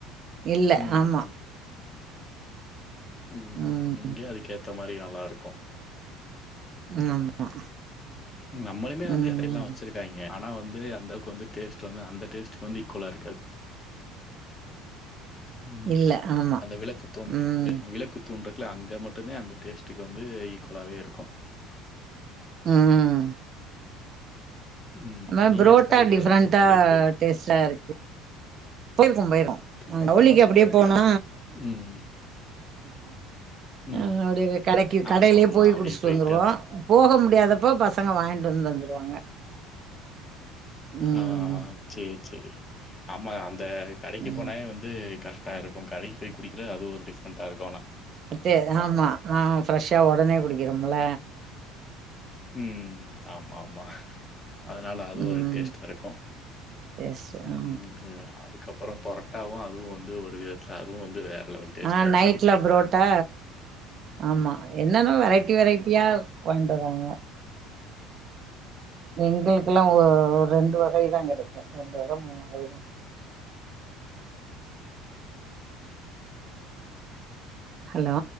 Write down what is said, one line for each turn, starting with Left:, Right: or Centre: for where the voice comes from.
Right: இல்ல
Left: உம்
Right: ஆமா
Left: உம் உம்
Right: ம்
Left: உம் இங்கே அதுக்கேத்த மாரிதா நல்லாருக்கு
Right: ஆமா
Left: நம்மளுமே வந்து
Right: ம்
Left: இதெல்லா வச்சிருக்காய்ங்க ஆனா வந்து அந்த அளவுக்கு வந்து டேஸ்ட் வந்து அந்த டேஸ்டுக்கு வந்து ஈக்குவலா இருக்காது உம்
Right: இல்ல ஆமா
Left: அந்த விளக்கு தூன்
Right: ம்
Left: வி விளக்கு தூண்றுக்குல அங்க மட்டுதா அந்த டேஸ்ட்டுக்கு வந்து ஈக்குவலாவே இருக்கு
Right: உம்
Left: ம்.
Right: ஆனா
Left: நீங்க
Right: புரோட்டா
Left: அந்த கடைக்கு
Right: டிஃப்ரென்டா
Left: விளக்குத்தூள் கடைக்கு போயிருக்கீங்க.
Right: டேஸ்ட்டா இருக்கு போயிருக்கம் போயிருக்கோ
Left: பரோட்டாலாம்
Right: <unintelligible> அப்டியே
Left: சொல்ல வேண்டிய
Right: போனா
Left: அவ ம், ம்.
Right: அ கடைக்கு கடையிலயே
Left: ஆமாமா.
Right: போய்
Left: அப்படியே
Right: குடிச்சுட்டு
Left: போயிட்டு
Right: வந்துருவோ போக முடியாதப்போ பசங்க வாங்ட்டு வந்து தந்துருவாங்க ம்
Left: ஆஹ் சேரி செரி ஆமா அந்த கடைக்கு
Right: ம்
Left: போனாவே வந்து க டா இருக்கு கடைக்கு போய் குடிக்கிறது அது ஒரு டிஃப்ரண்டா இருக்
Right: இத்தே ஆமா ஆ ஃபிரெஷா உடனே குடுக்கற மொல
Left: உம் ஆமா ஆமா அதனால அது
Right: ம்
Left: ஒரு டேஸ்ட்டா இருக்கும்
Right: எஸ்
Left: ம்ம்
Right: ஆ
Left: அது அப்புறம் பொரட்டாவும் அதுவும் வந்து ஒரு விதத்துல அதுவும் வந்து வேற லெவல் டேஸ்ட்ல
Right: ஆஹ்
Left: இருக்கும்.
Right: நைட்ல புரோட்டா ஆமா என்னன்னவே வெரைட்டி வெரைட்டியா கொண்டு வராங்க எங்களுக்கெல்லா ஒ ரெண்டு வகைதா கிடைக்கோ ரெண்டு வகை மூணு வகைதா ஹலோ